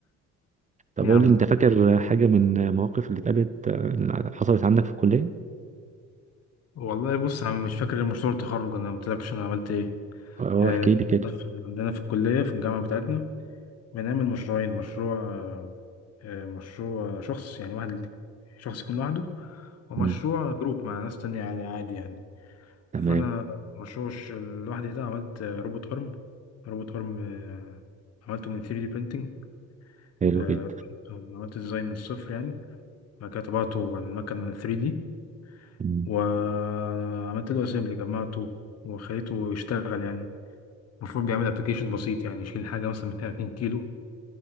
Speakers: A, on the right (about 25°); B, on the left (about 60°).
A: طب
B: ايه
A: اقول
B: يا عم
A: لي انت
B: ده
A: فاكر حاجة من المواقف اللي اتقالت آه، اللي حصلت عندك في الكلية؟
B: والله بص انا مش فاكر غير مشروع التخرج انا ما قلتلكش انا عملت ايه
A: اه
B: آه،
A: احكي لي كده
B: عندنا في عندنا في الكليه في الجامعه بتاعتنا بنعمل مشروعين مشروع آه، آه، مشروع شخص يعني واحد شخص يكون لوحده ومشروع
A: مم.
B: جروب مع ناس تانية عادي عادي يعني
A: تمام
B: فأنا مشروع الش- لوحدي ده عملت آه، روبوت أرم روبوت أرم آه، عملته من 3D printing
A: حلو
B: آه،
A: جدا
B: عملت ديزاين من الصفر يعني بعد كده طبعته على المكنة 3D
A: مم.
B: وعملت له أسمبلي جمعته وخليته يشتغل يعني المفروض بيعمل أبلكيشن بسيط يعني يشيل حاجة مثلا من 2 كيلو